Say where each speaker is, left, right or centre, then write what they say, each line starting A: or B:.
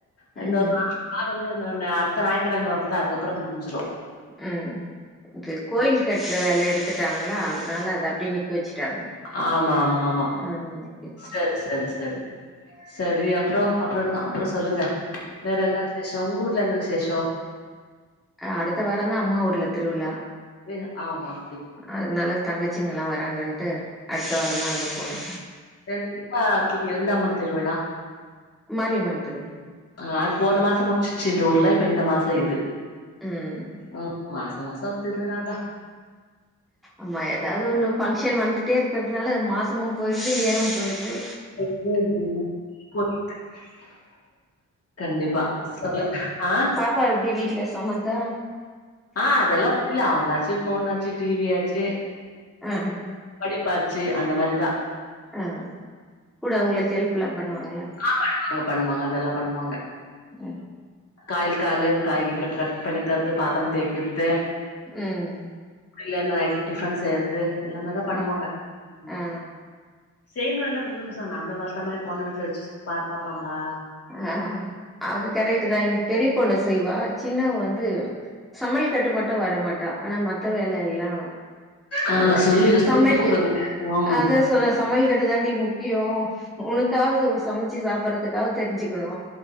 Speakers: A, on the left; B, in the centre.
A: அ இன்னொரு
B: ம்
A: ஆரம்ப இன்னொன்னு அட்த்த ஞாயித்துக்கெழம வந்தா அதுக்கப்பற முடிஞ்சுரு
B: ம் இது கோயில் கட்ற வேல எடுத்துட்டாங்ளா அதனால அது அப்டியே நிக்க வச்சுட்டாங்க
A: ஆமாம்மாம்மா
B: ஆ இன்ன கேட்ட
A: செரி செரி செரி செரி அப்றோ அப்றோந்தா அப்றோ சொல்லுங்க வேற என்ன விசேஷ ஒங் ஊர்ல என்ன விசேஷ
B: ஆ அடுத்த வாரந்தா அம்மா ஊர்ல திருவிழா
A: ம் ம் ஆமா அப்டியே
B: அதுனால தங்கச்சிங்கலா வராங்கன்ட்டு அடுத்த வாரந்தா அங்க போணு
A: என் <unintelligible> இப்ப இது எந்த அம்மன் திருவிழா
B: மாரியம்மன் திருவிழா
A: ஆ அது போன மாசமு சிச்சி இந்த ஊர்ல இப்ப இந்த மாச இது
B: ம்
A: அ மாச மாச திருவிழாதா
B: ஆமா எதாவ்து ஒன்னு ஃபங்க்ஷன் வந்துட்டே இருக்கிறதுனால மாசமும் போயிருது இயரும் போயிருது
A: <unintelligible> கண்டிப்பா சொல்லுங்க ஆ
B: க்கா எப்டி வீட்ல சமத்தா
A: ஆ அதெல்லா ஒன்னுல்ல அவ்ங்களாச்சு ஃபோனாச்சு டி வி யாச்சு
B: ஆ ஹ
A: படிப்பாச்சு அந்த மாரிதா
B: ஆ கூட ஒங்களுக்கு ஹெல்ப்லா பண்ணுவாங்களா
A: ஆ பண்ணுவாங்க அவ்ங்க பண்ணுவாங்க அதெல்லா பண்ணுவாங்க
B: ம்
A: காய்லு கால்லே எனக்கு காய்கறி கட் கட் பண்ணி தரது பாத்தர தேய்கற்து
B: ம்
A: அப்டி இல்லாம நைட்ல டிஃபன் செய்யற்து எல்லாமே தா பண்ணுவாங்க
B: ஆ
A: ம்
B: ஆ
A: செய்ணுல்ல பொம்பள பசங்க நம்பள வளத்தமாரி போன வீட்ல வெச்சு பா பாப்பாங்ளா
B: அ அது கரெக்ட்டு தா எ பெரிய பொண்ணு செய்வா சின்னவ வந்து சமயல் கட்டு மட்டு வரமாட்டா ஆனா மத்த வேல எல்லா
A: ஆ
B: பண்ண
A: சொல்லி
B: சம்மெ
A: சொல்லி குடுங்க ம்
B: அத சொல்லஸ் சமையல் கட்டுதாண்டி முக்கியோ உனக்காவ்து சமச்சி சாப்பறத்துக்காவ் தெரிஞ்சிக்கணு